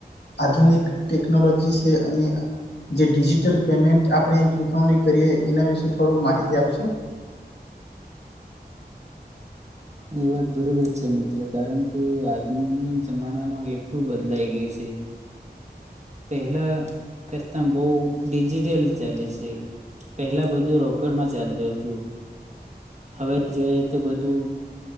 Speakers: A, on the left; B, on the right.
A: આધુનિક ટેકનોલોજી છે અને જે ડિજિટલ પેમેન્ટ આપણે ચુકવણી કરીએ. એના વિશે થોડું માહિતી આપશો?
B: એ વાત બરોબર છે મિત્ર. કારણ કે આજના જમાનામાં કેટલું બદલાઈ ગયું છે. પહેલા કરતા બહુ ડિજિટલ ચાલે છે, પહેલા બધું રોકડમાં ચાલતું હતું હવે જોઈએ તો બધું